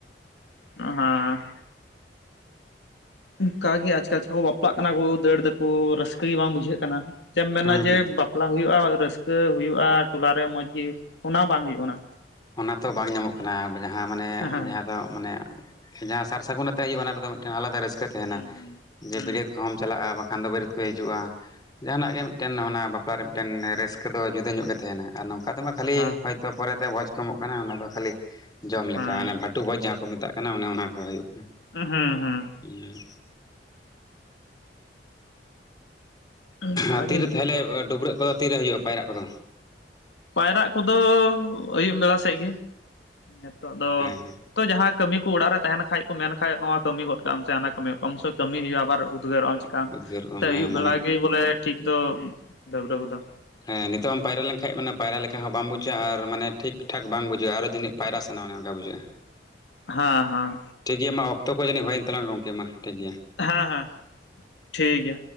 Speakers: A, on the left; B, on the left.
A: <unintelligible> ᱚᱱᱠᱟ ᱜᱮ ᱟᱪᱠᱟ ᱟᱪᱠᱟ ᱜᱮᱠᱚ ᱵᱟᱯᱟᱜ ᱠᱟᱱᱟ ᱠᱚ ᱫᱟᱹᱲ ᱫᱟᱠᱚ ᱨᱟᱹᱥᱠᱟᱹ ᱜᱮ ᱵᱟᱝ ᱵᱩᱡᱷᱟᱹᱜ ᱠᱟᱱᱟ᱾ ᱪᱮᱢ ᱢᱮᱱᱟ
B: ᱦᱩᱸ
A: ᱡᱮ
B: ᱦᱩᱸ
A: ᱵᱟᱯᱞᱟ ᱦᱩᱭᱩᱜᱼᱟ᱾ ᱨᱟᱹᱥᱠᱟᱹ ᱦᱩᱭᱩᱜᱼᱟ᱾ ᱴᱚᱞᱟᱨᱮ ᱢᱚᱡᱽ ᱜᱮ ᱚᱱᱟ ᱵᱟᱝ ᱦᱩᱭᱩᱜ ᱠᱟᱱᱟ᱾
B: ᱚᱱᱟ ᱛᱚ ᱵᱟᱝ ᱧᱟᱢᱚᱜ ᱠᱟᱱᱟ ᱡᱟᱦᱟᱸ ᱢᱟᱱᱮ
A: ᱦᱮᱸ
B: ᱡᱟᱦᱟᱸ ᱫᱚ ᱛᱚ ᱢᱟᱱᱮ ᱡᱟᱦᱟᱸ ᱥᱟᱨ ᱥᱟᱹᱜᱩᱱ ᱟᱛᱮᱜ ᱦᱩᱭᱩᱜᱼᱟ᱾ ᱚᱱᱟ ᱨᱮᱫᱚ ᱢᱤᱫᱴᱮᱱ ᱟᱞᱟᱫᱟ ᱨᱟᱹᱥᱠᱟᱹ ᱛᱟᱦᱮᱱᱟ᱾
A: ᱦᱩᱸ ᱦᱩᱸ
B: ᱡᱮ
A: ᱦᱩᱸ
B: ᱵᱟᱹᱨᱭᱟᱹᱛ ᱠᱚᱦᱚᱢ ᱪᱟᱞᱟᱜᱼᱟ ᱵᱟᱝᱠᱷᱟᱱ ᱫᱚ ᱵᱟᱹᱨᱭᱟᱹᱛ ᱠᱚ ᱦᱤᱡᱩᱜᱼᱟ᱾ ᱡᱟᱦᱟᱱᱟᱜ ᱜᱮ ᱢᱤᱫᱴᱮᱱ ᱚᱱᱟ <unintelligible> ᱵᱟᱯᱞᱟ ᱨᱮ ᱢᱤᱫᱴᱮᱱ ᱨᱟᱹᱥᱠᱟᱹ ᱫᱚ ᱡᱩᱫᱟᱹ ᱧᱚᱜ ᱜᱮ ᱛᱟᱦᱮᱱᱟ ᱟᱨ ᱱᱚᱝᱠᱟ ᱛᱮᱢᱟ ᱠᱷᱟᱹᱞᱤ
A: ᱦᱩᱸ
B: ᱦᱳᱭᱛᱳ ᱯᱚᱨᱛᱮ ᱵᱷᱚᱡᱽ ᱠᱚᱢᱚᱜ ᱠᱟᱱᱟ, ᱚᱱᱟ ᱫᱚ ᱠᱷᱟᱹᱞᱤ ᱡᱚᱢ
A: ᱦᱮᱸ
B: ᱞᱮᱠᱟ ᱵᱷᱟᱴᱩ ᱵᱷᱚᱡᱽ ᱡᱟᱦᱟᱸ ᱠᱚ ᱢᱮᱛᱟᱜ ᱠᱟᱱᱟ᱾ ᱚᱱᱮ ᱚᱱᱟ ᱠᱚ ᱦᱩᱭᱩᱜ ᱠᱟᱱᱟ᱾
A: ᱦᱮᱸ ᱦᱩᱸ
B: ᱦᱮᱸᱻ
A: ᱚᱱᱠᱟᱜᱮ
B: ᱟᱨ ᱛᱤᱨᱮ
A: ᱦᱩᱭᱩᱜ ᱠᱟᱱᱟ
B: ᱛᱟᱦᱚᱞᱮ
A: ᱱᱤᱛᱚᱜ
B: ᱰᱟᱹᱵᱽᱨᱟᱹᱜ ᱠᱚᱫᱚ ᱛᱤᱨᱮ ᱦᱩᱭᱩᱜᱼᱟ ᱯᱟᱭᱨᱟᱜ ᱠᱚᱫᱚ᱾
A: ᱯᱟᱭᱨᱟᱜ ᱠᱚᱫᱚ ᱟᱹᱭᱩᱵ ᱵᱮᱲᱟ ᱥᱮᱫ ᱜᱮ᱾ ᱱᱤᱛᱚᱜ ᱫᱚ
B: ᱦᱮᱸ
A: ᱛᱚ ᱡᱟᱦᱟᱸ ᱠᱟᱹᱢᱤ ᱠᱚ ᱚᱲᱟᱜ ᱨᱮ ᱛᱟᱦᱮᱱ ᱠᱷᱟᱡ ᱠᱚ ᱢᱮᱱ ᱠᱷᱟᱡ ᱱᱚᱣᱟ ᱠᱟᱹᱢᱤ ᱜᱚᱫ ᱠᱟᱜ-ᱟᱢ ᱥᱮ ᱦᱟᱱᱟ ᱠᱟᱹᱢᱤ ᱜᱚᱜ ᱠᱟᱜ-ᱟᱢ ᱩᱱ ᱥᱚᱢᱚᱭ ᱠᱟᱹᱢᱤ ᱦᱩᱭᱩᱜᱼᱟ᱾ ᱟᱵᱟᱨ ᱩᱫᱽᱜᱟᱹᱨᱚᱜᱼᱟᱢ
B: ᱩᱫᱽᱜᱟᱹᱨᱚᱜ
A: ᱱᱚᱛᱮ
B: ᱟᱢ ᱦᱮᱸ
A: ᱟᱹᱭᱩᱵ ᱵᱮᱲᱟ
B: ᱢᱟᱱᱮ
A: ᱜᱮ ᱵᱚᱞᱮ ᱴᱷᱤᱠ ᱫᱚ ᱰᱟᱹᱵᱽᱨᱟᱹ ᱠᱚᱫᱚ
B: ᱦᱮᱸ ᱱᱤᱛᱚᱜ ᱦᱚᱸᱢ ᱯᱟᱭᱨᱟ ᱞᱮᱱᱠᱷᱟᱡ ᱢᱟᱱᱮ ᱯᱟᱭᱨᱟ ᱞᱮᱠᱟ ᱦᱚᱸ ᱵᱟᱢ ᱵᱩᱡᱷᱟᱹᱣᱼᱟ ᱟᱨ ᱢᱟᱱᱮ ᱴᱷᱤᱠ ᱴᱷᱟᱠ ᱵᱟᱝ ᱵᱩᱡᱷᱟᱹᱜᱼᱟ ᱟᱨᱚ ᱡᱟᱹᱱᱤᱡ ᱯᱟᱭᱨᱟ ᱥᱟᱱᱟ ᱚᱱᱮ ᱚᱱᱠᱟ ᱵᱩᱡᱷᱟᱹᱜᱼᱟ᱾
A: ᱦᱮᱸ ᱦᱮᱸ
B: ᱴᱷᱤᱠ ᱜᱮᱭᱟ ᱢᱟ ᱚᱠᱛᱚ ᱠᱚ ᱡᱟᱹᱱᱤᱡ ᱦᱩᱭᱮᱱ ᱛᱟᱞᱟᱝᱟ ᱜᱚᱢᱠᱮ ᱢᱟ ᱴᱷᱤᱠ ᱜᱮᱭᱟ᱾
A: ᱦᱮᱸ ᱦᱮᱸ ᱴᱷᱤᱠ ᱜᱮᱭᱟ᱾